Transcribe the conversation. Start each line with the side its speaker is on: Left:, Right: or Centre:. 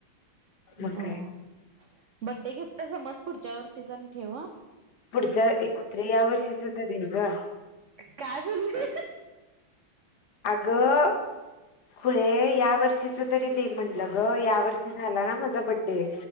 Left: मग
Right: व
Left: काय
Right: ह बड्डे गिफ्ट समज पुढच्या वर्षी जा ठेववा
Left: पुढच्या एकोत्री या वर्षी तझ देल ग
Right: काय बोलली
Left: अगं पुळे या वर्षीच तरी दे म्हटलं ग या वर्षी झाला ना माझा बडडे दे